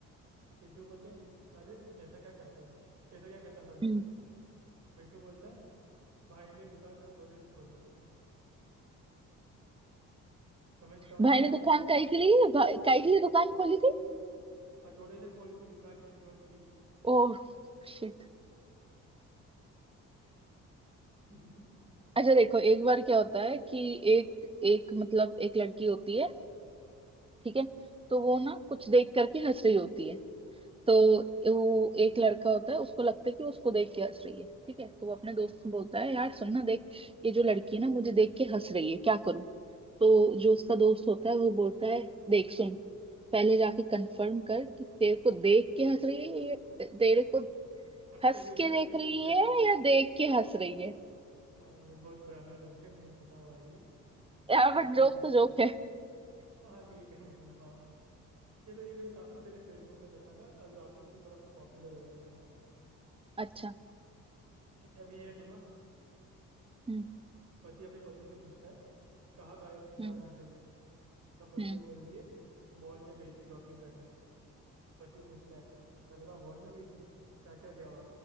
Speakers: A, on the right; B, on the right.
A: तो चिंटू बोलते हैं अरे ऐसा क्या करता है ऐसा क्या करता था जी?"
B: हम्म।
A: तो मिंटू बोलता है भाई ने दुकान हथौड़े से खोली थी समझ समझ
B: भाई
A: नहीं आया
B: ने दुकान काई के लिए भाई- काई के लिए दुकान खोली थी
A: हथौड़े से खोली थी दुकान किसी और की
B: ओह शिट
A: ठीक
B: अच्छा देखो एक बार क्या होता है कि एक एक मतलब एक लड़की होती है ठीक है तो वो ना कुछ देख करके हंस रही होती है तो
A: है
B: वो एक लड़का होता है उसको लगता है कि उसको देख के हंस रही है ठीक है तो वो अपने दोस्त को बोलता है यार सुन ना देख ये जो लड़की है ना मुझे देख के हंस रही है क्या करूं तो जो उसका दोस्त होता है वो बोलता है देख सुन पहले जाके कंफर्म कर कि तेरे को देख के हंस रही है ये- तेरे को
A: हंस
B: हंस
A: के देख
B: के
A: रही
B: देख
A: है या फिर
B: रही
A: देख के
B: है
A: हंस रही है?
B: या देख के हंस रही है
A: हाँ ये बहुत पुराना जोक है मैंने सुना हुआ है ये
B: यार बट
A: लेकिन
B: जोक
A: फिर
B: तो जोक है <laughs>
A: हाँ ठीक है मतलब हाँ चलो ये मैंने काफी पहले फेसबुक में देखा था अभी वापस से थोड़ा पॉपुलर हुआ है ये वाला
B: अच्छा
A: ठीक है अभी ये सुनो
B: हम्म
A: पति अपनी पत्नी से पूछता है कहाँ गायब थी चार
B: हम्म
A: घंटे से तब पत्नी
B: हम्म
A: बोलती है मॉल में गई थी शॉपिंग करने तो पति पूछता है अरे वाह मॉल में गई थी क्या क्या लिया हुआ